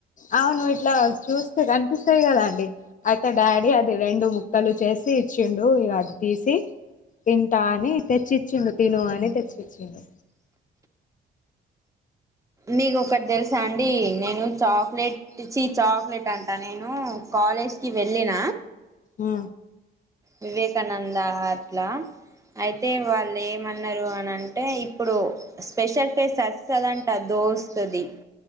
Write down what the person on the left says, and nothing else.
అవ్వును ఇట్లా చూస్తే కనిపిస్తాయ్కదాండి అయితే డాడీ అది రెండు ముక్కలు చేసి ఇచ్చిండు ఇగా అది తీసి తింటా అని తెచ్చిచ్చిండు తిను అని తెచ్చిచ్చిండు
ఆ